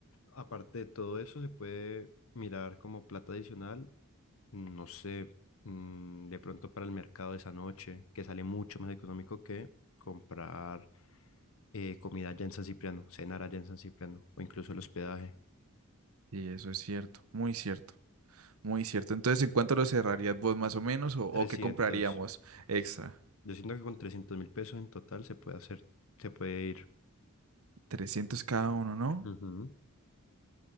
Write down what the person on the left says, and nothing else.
aparte de todo eso se puede mirar como plata adicional, no sé, mm, de pronto para el mercado de esa noche, que sale mucho más económico que comprar eh, comida allá en San Cipriano, cenar allá en San Cipriano o incluso el hospedaje.
trescientos
Yo siento que con trescientos mil pesos en total se puede hacer, se puede ir.
Ujú.